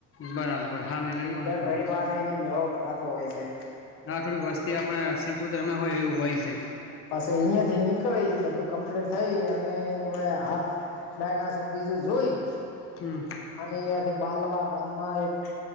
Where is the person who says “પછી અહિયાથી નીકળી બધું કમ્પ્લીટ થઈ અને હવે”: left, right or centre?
Left